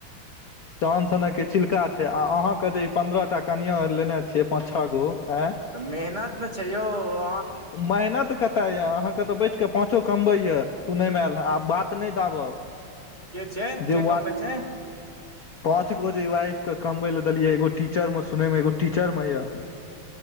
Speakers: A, on the left; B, on the right.
A: चान सनक के चिल्का छै, आ अहाँ कथि? पंन्द्रह टा कनियाँ लेने छियै, पाँच छ गो, ऐँऽ?
B: तऽ मेहन नत न छै यौ, अहाँ
A: मेहनत कतऽ यैऽ? अहाँ के तऽ बैठ कऽ पाँचो कमबै यैऽ, सुनै में ऐल ह, आब बात नै दाबब,
B: के छै
A: जे
B: के
A: वाजि
B: कमबै छै
A: पांच गो जे वाइफ के कमबै ले देलियै, एगो टीचर में सुनय में एगो टीचर में यैऽ।